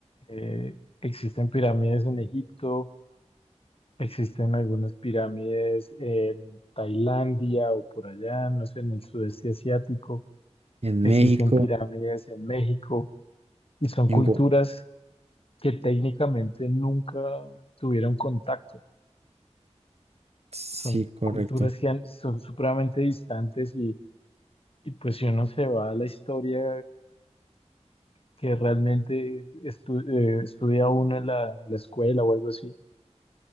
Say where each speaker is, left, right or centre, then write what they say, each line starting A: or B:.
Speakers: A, on the left; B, on the right.
A: Eh, existen pirámides en Egipto, existen algunas pirámides en Tailandia o por allá, no sé, en el sudeste asiático.
B: en
A: Existen
B: México,
A: pirámides en México y son
B: en...
A: culturas
B: Gua-
A: que técnicamente nunca tuvieron contacto.
B: Sí,
A: son
B: correcto.
A: culturas que han- son supremamente distantes y, y pues si uno se va a la historia que realmente estu- eh, estudia uno en la, en la escuela o algo así,